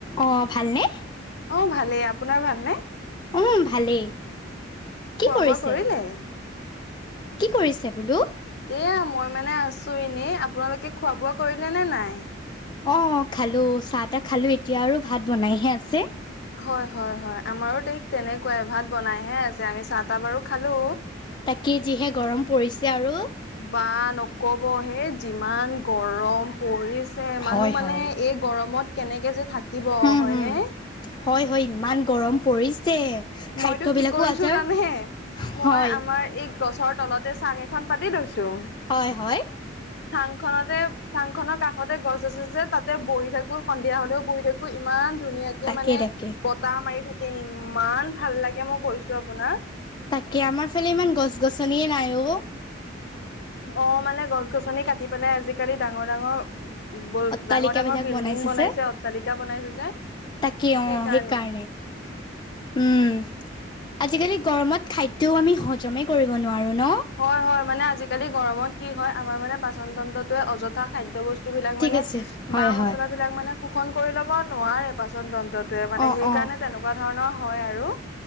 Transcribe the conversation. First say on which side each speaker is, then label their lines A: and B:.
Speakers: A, on the left; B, on the left.
A: অঁ' ভালনে?
B: অঁ' ভালেই, আপোনাৰ ভালনে?
A: উমঁ' ভালেই। কি
B: খোৱা
A: কৰিছে?
B: বোৱা কৰিলে?
A: কি কৰিছে বোলো?
B: এয়া, মই মানে আছো এনেই, আপোনালোকে খোৱা বোৱা কৰিলে নে নাই?
A: অঁ' খালো, চাহ তাহ খালো এতিয়া আৰু ভাত বনাইহে আছে।
B: হয় হয় হয়, আমাৰো ঠিক তেনেকুৱাই ভাত বনাইহে আছে আমি চাহ তাহ বাৰু খালো।
A: তাকে যিহে গৰম পৰিছে আৰু।
B: বা নকবহে যিমান গৰম- পৰিছে মানুহ
A: হয়,
B: মানে
A: হয়।
B: এই গৰমত কেনেকে যে থাকিব,
A: হুম,
B: হয়নে?
A: হুম। হয় হয়, ইমান গৰম পৰিছে। খাদ্যবিলাকো
B: মইতো কি কৰিছো
A: আজাৰ
B: জানে, মই
A: হয়,
B: আমাৰ এই গছৰ তলতে চাং এখন পাতি লৈছোঁ।
A: হয় হয়।
B: <unintelligible> চাং খনতে, চাং খনৰ কাষতে গছ আছে যে তাতে বহি থাকো সন্ধিয়া হ'লেও বহি থাকো। ইমান ধুনীয়াকে কে
A: তাকে,
B: মানে
A: তাকে।
B: বতাহ মাৰি থাকে ইমান ভাল লাগে মই কৈছো আপোনাক।
A: তাকে আমাৰ ফালে ইমান গছ-গছনিয়ে নাই অঁ।
B: অ মানে গছ-গছনি কাটি পেলাই আজিকালি ডাঙৰ-ডাঙৰ, ব
A: অট্টালিকাবিলাক
B: ডাঙৰ ডাঙৰ বিল্ডিং বনাইছে
A: যে।
B: অট্টালিকা বনাইছে যে
A: তাকে অ
B: সেইকাৰণে
A: সেই কাৰণে উম আজিকালি গৰমত খাদ্যও আমি হজমেই কৰিব নোৱাৰোঁ ন।
B: হয় হয় মানে আজিকালি গৰমত কি হয় আমাৰ মানে পচনতন্ত্ৰটোৱে অযত তথা খাদ্য বস্তু বিলাক
A: ঠিক
B: মানে
A: আছে হয়
B: বাঁ
A: হয়
B: মচলাাবলাক মানে শোষণ কৰি ল'ব নোৱাৰে পাচন তন্ত্ৰত। টোৱে মানে
A: অ
B: সেইকাৰণে
A: অ
B: তেনেকুৱা ধৰণৰ হয় আৰু